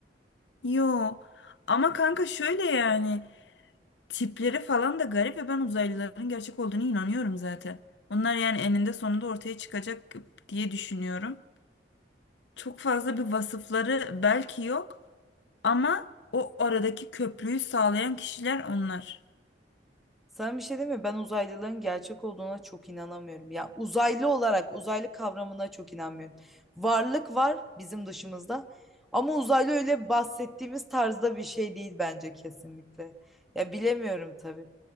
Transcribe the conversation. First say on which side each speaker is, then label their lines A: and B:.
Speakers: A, on the left (about 75°); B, in the centre.
A: Yo ama kanka şöyle yani. Tipleri falan da garip ve ben uzaylıların gerçek olduğunu inanıyorum zaten. Onlar yani eninde sonunda ortaya çıkacak diye düşünüyorum. Çok fazla bir vasıfları belki yok ama o aradaki köprüyü sağlayan kişiler onlar.
B: Sana bir şey diyeyim mi? Ben uzaylıların gerçek olduğuna çok inanamıyorum. Ya uzaylı olarak uzaylı kavramına çok inanmıyorum. Varlık var bizim dışımızda. Ama uzaylı öyle bahsettiğimiz tarzda bir şey değil bence kesinlikle. Ya bilemiyorum tabii.